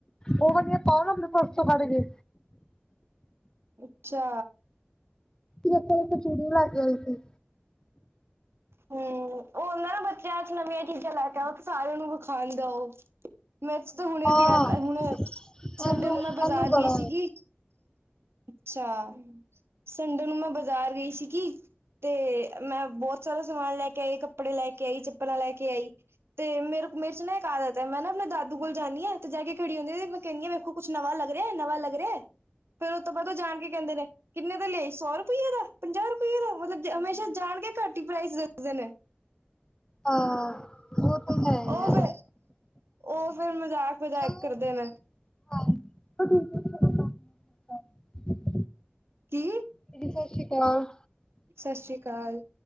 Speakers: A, on the left (about 20°); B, on the right (about 80°).
A: ਉਹ ਵਾਲੀਆਂ ਪਾਓ ਨਾ ਆਪਣੇ ਪਰਸ ਚੋਂ ਕੱਢ ਕੇ
B: ਅੱਛਾ।
A: ਵੇਖੋ ਵੇਖੋ ਚੂੜੀ ਲੈ ਕੇ ਆਈ ਸੀ।
B: ਹੂੰ,,, ਹੁਣ ਨਾ ਬੱਚਿਆਂ 'ਚ ਨਵੀਆਂ ਚੀਜ਼ਾਂ ਲੈ ਕੇ ਆਓ, ਤੇ ਸਾਰਿਆਂ ਨੂੰ ਵਿਖਾਈ ਜਾਓ। <unintelligible> ਆਈ
A: ਹਾਂ ਸਾਨੂੰ
B: ਸੰਡੇ ਨੂੰ ਮੈਂ ਬਾਜ਼ਾਰ
A: ਸਾਨੂੰ ਬੜਾ
B: ਗਈ ਸੀਗੀ। ਅੱਛਾ, ਸੰਡੇ ਨੂੰ ਮੈਂ ਬਾਜ਼ਾਰ ਗਈ ਸੀਗੀ। ਤੇ ਮੈਂ ਬਹੁਤ ਸਾਰਾ ਸਮਾਨ ਲੈ ਕੇ ਆਈ, ਕੱਪੜੇ ਲੈ ਕੇ ਆਈ ਚੱਪਲਾਂ ਲੈ ਕੇ ਆਈ। ਤੇ ਮੇਰੇ ਕੁ ਮੇਰੇ 'ਚ ਨਾ ਇੱਕ ਆਦਤ ਐ ਮੈਂ ਨਾ ਆਪਣੇ ਦਾਦੂ ਕੋਲ ਜਾਂਦੀ ਆ ਤੇ ਜਾ ਕੇ ਖੜੀ ਹੁੰਦੀ ਤੇ ਮੈਂ ਕਹਦੀ ਹਾਂ ਵੇਖੋ ਕੁੱਛ ਨਵਾਂ ਲੱਗ ਰਿਹਾ ਨਵਾਂ ਲੱਗ ਰਿਹਾ। ਉਸ ਤੋਂ ਬਾਅਦ ਜਾਣ ਕੇ ਕਹਿੰਦੇ ਨੇ ਕਿੰਨੇ ਦਾ ਲੈ ਆਈ, ਸੌ ਰੁਪਈਏ ਦਾ, ਪੰਜਾਹ ਰੁਪਈਏ ਦਾ ਮਤਲਬ ਹਮੇਸ਼ਾ ਜਾਣ ਕੇ ਘੱਟ ਹੀ ਪ੍ਰਾਈਸ ਦੱਸਦੇ ਨੇ।
A: ਹਾਂ ਉਹ ਤਾਂ ਹੈ।
B: ਉਹ ਫੇਰ ਉਹ ਫਿਰ ਮਜ਼ਾਕ -ਮਜ਼ਾਕ
A: ਚਲੋ
B: ਕਰਦੇ ਨੇ
A: <unintelligible>
B: ਕੀ
A: ਦੀਦੀ ਸਤਿ ਸ਼੍ਰੀ ਅਕਾਲ
B: ਸਤਿ ਸ਼੍ਰੀ ਅਕਾਲ